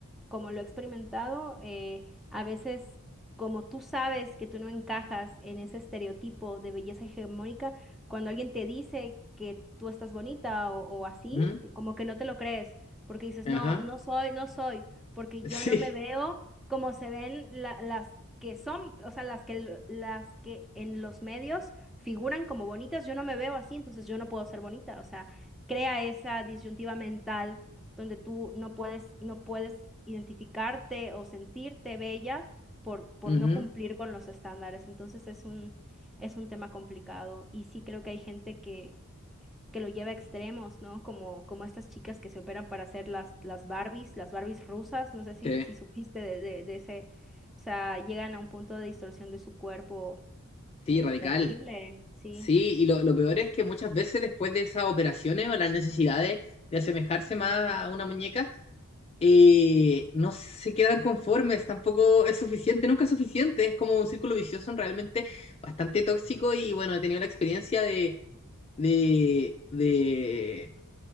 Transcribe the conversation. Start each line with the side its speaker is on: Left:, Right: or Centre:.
Centre: como lo he experimentado, eh, a veces... Como tú sabes que tú no encajas en ese estereotipo de belleza hegemónica, cuando alguien te dice que tú estás bonita o, o así,
Left: Ujú,
Centre: y como que no te lo crees, porque dices,
Left: Ajá,
Centre: no, no soy, no soy, porque yo
Left: <laughs>
Centre: no me
Left: sí,
Centre: veo como se ven la- las que son, o sea, las que, l- las que en los medios figuran como bonitas, yo no me veo así, entonces yo no puedo ser bonita, o sea, crea esa disyuntiva mental donde tú no puedes, no puedes identificarte o sentirte bella por, por
Left: ujú,
Centre: no cumplir con los estándares. Entonces es un, es un tema complicado y sí creo que hay gente que, que lo lleva a extremos, ¿no? Como, como estas chicas que se operan para hacer las, las Barbies, las Barbies rusas, no sé si,
Left: sí,
Centre: si supiste de, de, de ese, o sea, llegan a un punto de distorsión de su cuerpo,
Left: sí,
Centre: es
Left: radical.
Centre: terrible, sí.
Left: Sí, y lo, lo peor es que muchas veces después de esas operaciones o las necesidades de asemejarse más a una muñeca, eh, no se quedan conformes, tampoco es suficiente, nunca es suficiente, es como un círculo vicioso realmente bastante tóxico y bueno, he tenido la experiencia de, de, de,